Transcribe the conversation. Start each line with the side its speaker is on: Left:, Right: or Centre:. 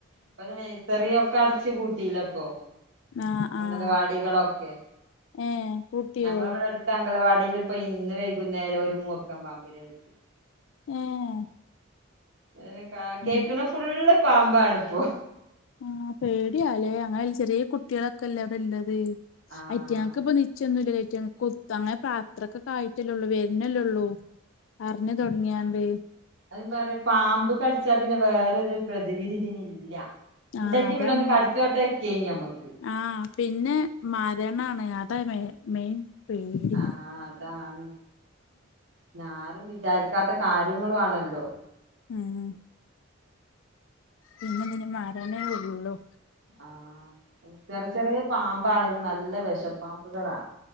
Right: ഇപ്പ താ നെയ്സറിയൊക്കെ അടച്ച് പൂട്ടിലെപ്പോ
Left: ആഹ്
Right: അങ്കലവാടികളൊക്കെ
Left: ആഹ് ഏഹ് പൂട്ടിയോ
Right: ഞങ്ങെളെവിടെട് ത്ത അങ്കലവാടീലിപ്പം ഇന്ന് വെയ്കുന്നേരം ഒരു മൂർക്കം പാമ്പിനെ കിട്ടി
Left: ഏഹ്
Right: <unintelligible> കാ കേക്ക്ണെ
Left: ഉം
Right: ഫുള്ള് പാമ്പാണ്പ്പോ
Left: ആഹ് പേട്യാലേ അങ്ങനെല്ല ചെറ്യീ കുട്ട്യേളൊക്കെല്ലേ അവ്ടെല്ലെത്
Right: ആഹ്
Left: അയ് റ്റാങ്ങക്ക്പ്പം നിച്ചാെന്നുല്ലല്ലോ അയ്റ്റെങ്ങളെ കൊത്തും അങ്ങെനെ പ്രാ അത്രക്കൊക്കെ ആയിട്ടല്ലേ ഒള്ളൂ വെര്ന്നെല്ലെള്ളൂ അർഞ്ഞ് താെട്ങ്ങ്യാണ്ട്
Right: <unintelligible> പറ്യാ പാമ്പ് കട്ച്ചാ പിന്നെ വേറൊരു പ്രതിവിധി ഇതിന് ഇല്ലാ ഇണ്ടെങ്കി
Left: ആഹ് അതാണ്
Right: പിന്നെ ഒന്ന് കട്ച്ചോട്ടെക്കേനി അമ്മക്ക്
Left: ആഹ് പിന്നെ മരണാണ് അതാ മെ മെയിൻ പേടി
Right: ആഹ് അതാണ് ഞ്ഞാരും വിചാരിക്കാത്ത കാര്യങ്ങളും ആണല്ലോ
Left: ഏഹ് പിന്നെ തിന് മരണെ ഒള്ളൂ
Right: ആഹ് ചെറ് ചെറ്യേ പാമ്പാണേലും നല്ല വെഷപ്പാമ്പ്കളാ